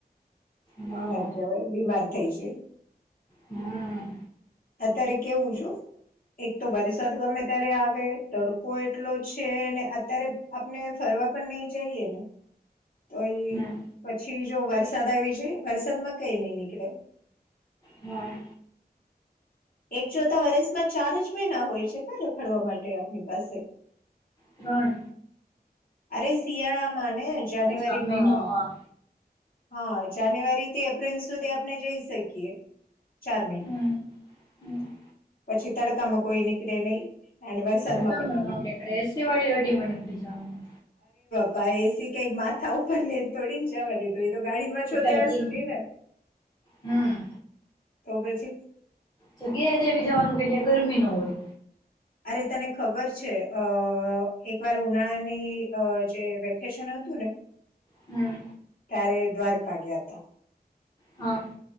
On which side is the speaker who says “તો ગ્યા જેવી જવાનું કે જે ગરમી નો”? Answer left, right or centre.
Left